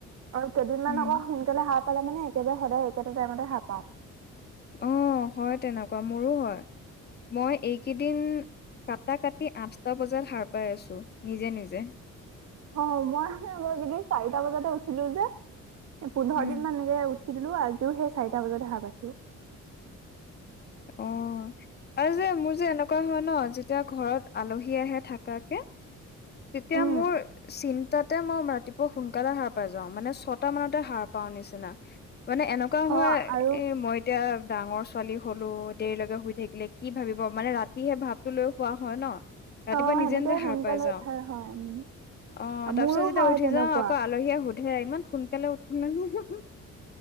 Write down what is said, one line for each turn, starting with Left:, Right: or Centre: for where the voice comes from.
Right: আৰু কেইদিন
Left: উম
Right: মান আকৌ সোনকালে হাৰ পালে মানে একেবাৰে সদায় একেটা টাইমতে খাৰ পাওঁ
Left: অ হয় তেনেকুৱা মোৰো হয় মই এইকেইদিন কাটা কাটি আঠটা বজাত সাৰ পাই আছো নিজে নিজে
Right: অ মই একদিন চাৰিটা বজাতে উঠিলো যে পোন্ধৰ
Left: উম
Right: দিন মানে এনেকে উঠি উঠি দিলো আজিও সেই চাৰিটা বজাত সাৰ পাইছো
Left: অ আৰু যে মোৰ যে এনেকুৱা হয় ন যেতিয়া ঘৰত আলহী আহে থাকাকে তেতিয়া
Right: উম
Left: মোৰ চিন্তাত তাতে মই ৰাতিপুৱা সোনকালে সাৰ পাই যাওঁ মানে ছটা মানতে সাৰ পাওঁ নিচিনা মানে এনেকুৱা হোৱা
Right: অ আৰু
Left: এ মই এতিয়া ডাঙৰ ছোৱালী হলো দেৰিলৈকে শুই থাকিলে কি ভাবিব মানে ৰাতিহে ভাৱটো লৈ খোৱা হয় ন ৰাতিপুৱা
Right: অ
Left: নিজে
Right: সেনেকে
Left: নিজে সাৰ
Right: সোনকালে
Left: পাই যাওঁ
Right: উঠা হয় উম
Left: অ তাৰপিছত
Right: মোৰো
Left: যেতিয়া
Right: হয়
Left: উঠি
Right: তেনেকুৱা
Left: যাওঁ আকৌ আলহীয়ে সুধ ইমান সোনকালে উঠিল নে